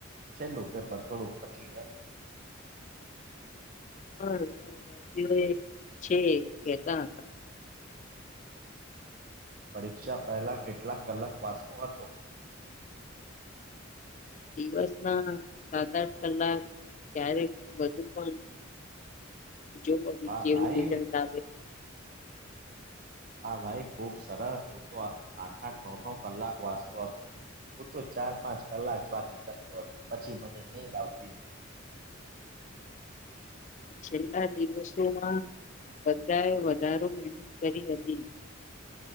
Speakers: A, on the right; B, on the left.
A: છેલ્લું પેપર થોડું કઠિન હતું
B: હા ઘણા વિદ્યાર્થીઓ એ છેડે કેહતા હતા.
A: પરીક્ષા પહેલા કેટલાક કલાક વાંચતો હતો
B: દિવસ ના સાત આઠ કલાક ક્યારેક બધુ પણ જોવ <unintelligible>
A: વાહ
B: કેવી
A: ભાઈ
B: રિઝલ્ટ આવે
A: તો આ ભાઈ ખુબ સરસ તું તો આઠ આઠ નવ નવ કલાક વાંચતો હતો હું તો ચાર પાંચ કલાક વાચી શકતો હતો પછી મને નીંદ આવતી
B: છેલ્લા દિવસોમાં બધાએ વધારે મહેનત કરી હતી.